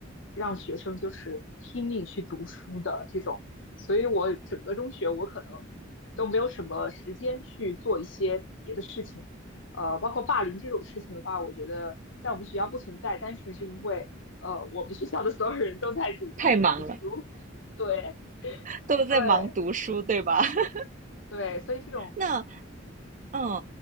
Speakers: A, on the left; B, on the right.
A: 让学生就是拼命去读书的这种。所以我整个中学，我可能。都没有什么时间去做一些别的事情。呃，包括霸凌这种事情的话，我觉得在我们学校不存在，单纯是因为呃，我们学校的所有人都在努力读书。
B: 太忙了，
A: 对
B: 都在忙读书，
A: 对
B: 对吧？<laughs>
A: 对，所以这种
B: 那
A: 嗯。
B: 嗯，